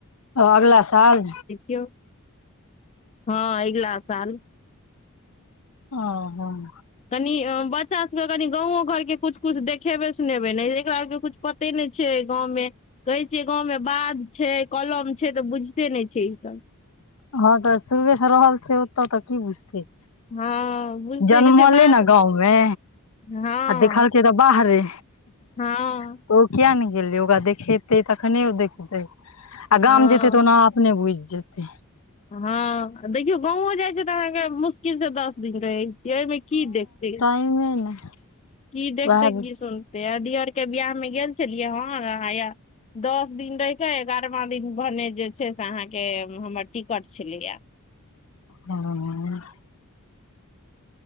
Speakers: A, on the left; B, on the left.
A: ओ अगला साल।
B: यो हँ अगिला साल।
A: ओ हॅं।
B: कनि अ बच्चा सबके कनि गाँवो घर के कुछ- कुछ देखेबै - सुनेबै ने एकरा आर के कुछ पते नै छै गाँव मे कहै छियै गाँव मे बाध छै कलम छै तऽ बुझिते नै छै ई सब।
A: हँ तऽ शुरुवे सँ रहल छै ओतऽ त की बुझतै।
B: हँ। बुझते
A: जनमलैय
B: के छै बाध
A: ने गाँव मे
B: हँ
A: आ देखलकै तऽ बाहरे।
B: हँ।
A: तऽ ओ किया ने गेलै ओकरा देखेतै तखने ओ देखतै आ गाम
B: हँ
A: जेतै त ओना आब अपने बुइझ जेतै।
B: हँ देखियौ गाँंवो जाइ छै तऽ अहाँके मुश्किल से दस दिन रहै छै। छियै अइमे की देखतै।
A: अइमे ने।
B: की देखतै
A: वएह
B: की सुनतै आ दीयर के बियाह मे गेल छलियै हन आ हैया दस दिन रहि के एगारवां दिन भने जे छै से अहाँके हमर टिकट छलैये।
A: हॅं अ।